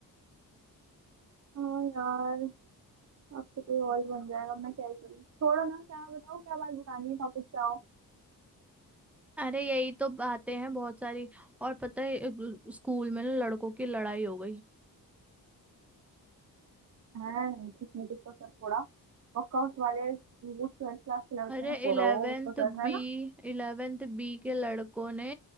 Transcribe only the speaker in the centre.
अरे यही तो बातें हैं बहुत सारी और पता है एक स्कूल में ना लड़कों की लड़ाई हो गई
अरे
इलेवेंथ
बी
इलेवेंथ बी के लड़कों ने